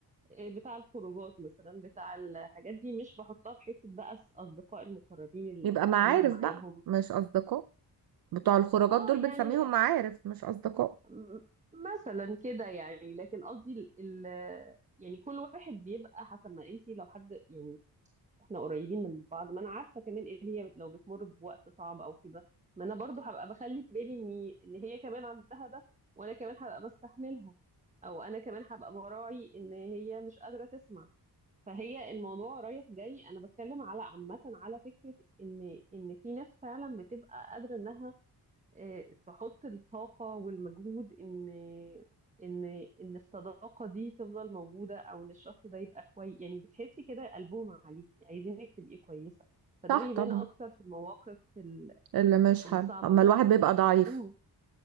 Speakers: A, on the right; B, on the right.
A: آه، بتاع الخروجات مثلا بتاع الحاجات دي مش بحطها في حتة بقى الأصدقاء المقربين اللي
B: يبقى
A: أتكلم
B: معارف
A: معاهم
B: بقى مش أصدقاء بتوع الخروجات
A: اه
B: دول
A: يعني
B: بنسميهم معارف مش أصدقاء
A: م- مثلا كده يعني لكن قصدي ال... ال- يعني كل واحد بيبقى حسب ما انت لو حد يعني احنا قريبين من بعض ما انا عارفه كمان ان هي بت- لو بتمر بوقت صعب او كده ما انا برضو هبقى بخلي بالي ان ان هي كمان عندها ده وانا كمان هبقى بستحملها او انا كمان هبقى براعي ان هي مش قادره تسمع فهي الموضوع رايح جاي انا بتكلم على عامه على فكره ان ان في ناس فعلا بتبقى قادره انها آه، تحط الطاقة والمجهود إن إن إن الصداقة دي تفضل موجودة أو إن الشخص ده يبقى كويس يعني بتحسي كده قلبهم عليكي عايزينك تبقي كويسة فده
B: صح
A: بيبان
B: طبعا
A: أكتر في المواقف ال-
B: اللي مش
A: الصعبة
B: حلو أما
A: مش
B: الواحد بيبقى ضعيف
A: مم.